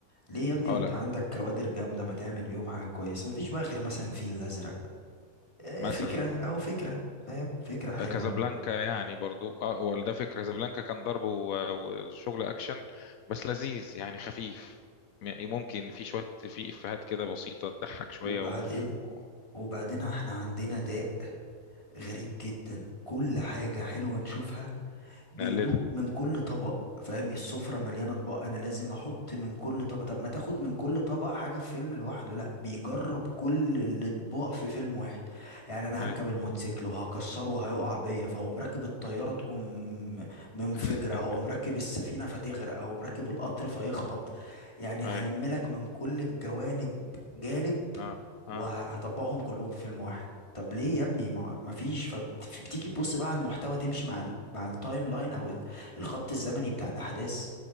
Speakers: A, on the left (about 20°); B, on the left (about 75°).
A: ليه يا ابني
B: اه
A: ما انت
B: لا
A: عندك كوادر جامدة ما تعمل بيهم حاجة كويسة مفيش بقى غير مثلا الفيل الأزرق آه،
B: مثلا
A: فكرة أهو فكرة فاهم فكرة حلوة
B: كازابلانكا
A: أهو.
B: يعني برضو اه ولا ده فكرة كازابلانكا كان ضرب و- وشغل اكشن بس لذيذ يعني خفيف م- ممكن في شوية في افيهات كده بسيطة تضحك شوية
A: وبعدين
B: و... و...
A: وبعدين احنا عندنا داء غريب
B: مم.
A: جدا كل حاجة حلوة نشوفها بندوق
B: نقلدها
A: من كل طبق فاهم السفرة مليانة اطباق انا لازم احط من كل طبق طب ما تاخد من كل طبق حاجة في فيلم لوحده لا بيجرب كل الاطباق في فيلم واحد يعني انا
B: <laughs>
A: هركب
B: اي
A: الموتوسيكل وهكسره وهيقع بيا فهقوم راكب الطيارة تقوم منفجرة
B: <laughs>
A: هقوم راكب السفينة فتغرق هقوم راكب القطر فيخبط يعني
B: اي
A: هلم لك من كل الجوانب جانب
B: اه اه
A: وهطبقهم كلهم في فيلم واحد طب ليه يا ابني ما ما فيش فبتيجي تبص بقى على المحتوى تمشي مع ال... مع التايم لاين او ال- الخط الزمني بتاع الاحداث